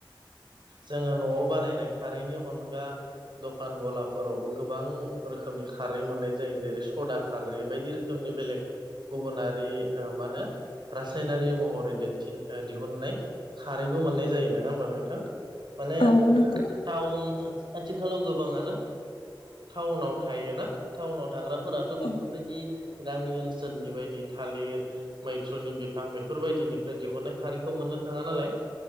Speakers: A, on the right; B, on the left.
A: जोङो न'वाव बानायनाय खारैनि अनगा दखान गलाफोरावबो गोबां रोखोमनि खारै मोननाय जायो जेरै सदा खारै बायदि बेलेग गुबुनारि मा होनो रासायनारि महरै दिन्थि दिहुननाय खारैबो मोननाय जायो नङा ओमबा नोंथां माने
B: औ नंगौ
A: टाउन आथिखालाव गोबाङानो टाउनाव थायो ना टाउनाव थाग्राफोराथ' बेफोरबायदि
B: औ
A: गामि ओनसोलनि बायदि थालिर मैथ्रुनि बिफां बेफोरबायदिनिफ्राय दिहुननाय खारैखौ मोननो थाङा नालाय